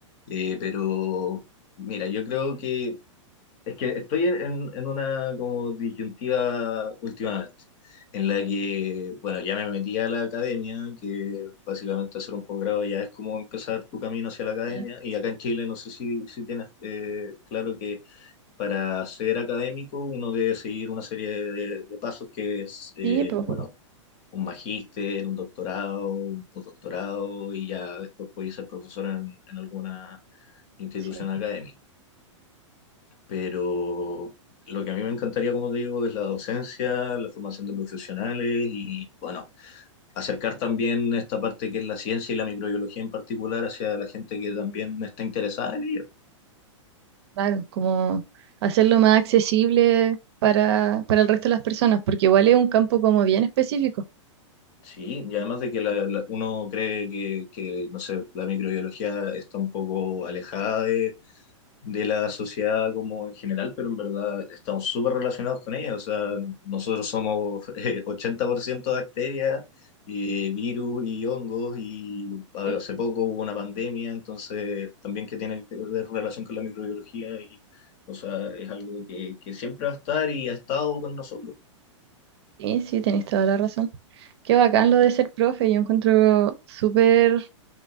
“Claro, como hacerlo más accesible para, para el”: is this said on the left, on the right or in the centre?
Right